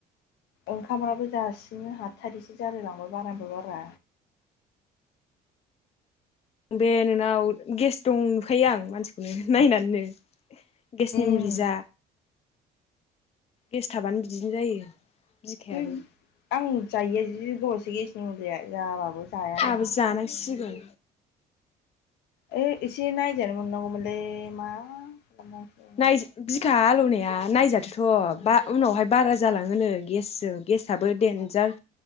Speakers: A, on the left; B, on the left.
A: ओंखामफ्राबो जासिनो हाथारिसो जालाय लांबाय बारानिबो बारा
B: बे नोंनाव गेस दं नुखायो आं मानसिखौनो नायनानैनो गेसनि
A: उम
B: मुलि जा गेस थाबानो बिदिनो जायो बिखायाबो
A: बै आं जायो जि गोबावसे गेसनि मुलिया जाबाबो जायानो
B: आहाबो
A: आं
B: जानांसिगोन
A: ओइ एसे नायजानो मोननांगौमोनलै मा खालामनांसै
B: नाय बिखा हालौवनाया नायजादोथ'
A: ओंखायनोथ'
B: बा उनावहाय बारा जालाङोनो गेसजों गेसाबो देनजार